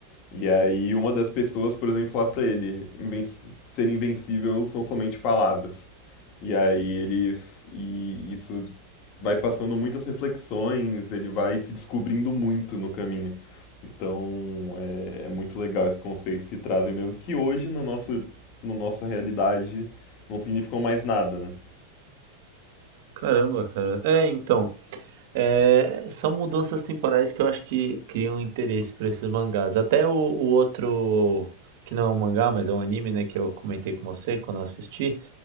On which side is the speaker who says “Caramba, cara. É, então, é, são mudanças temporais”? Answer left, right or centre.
Right